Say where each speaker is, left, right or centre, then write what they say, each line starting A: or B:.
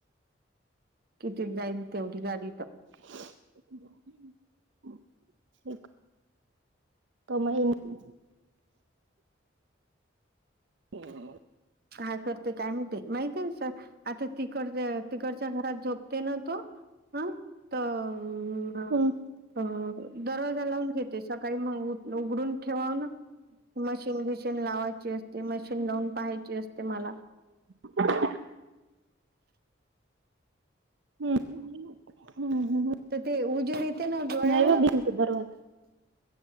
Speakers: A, on the right; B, on the right.
A: किती जाईल तेवढी गाडी ट
B: <inaudible> कमाई नाही हो
A: काय करते काय मी ते माहिती आहे ना आता तिकड तिकडच्या घरात झोपते ना तो हा तर
B: हम्म
A: ह दरवाजा लावून घेते सकाळी मग उ उघडून ठेवावून मशीन बिशीन लावायची असते मशीन लावून पहायची असते मला
B: <inaudible> हम्म हम्म हम्म
A: तिथे उजेड ते ना डोळयांवर
B: नाही व भिंत दरवाजा